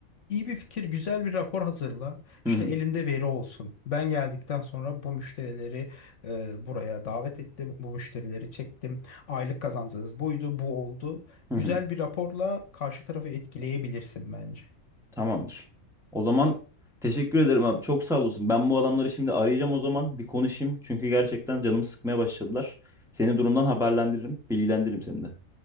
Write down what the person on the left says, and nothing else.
İyi bir fikir, güzel bir rapor hazırla. İşte
elinde veri olsun. Ben geldikten sonra bu müşterileri e, buraya davet ettim. Bu müşterileri çektim. Aylık kazancınız buydu, bu oldu.
Güzel bir raporla karşı tarafı etkileyebilirsin bence.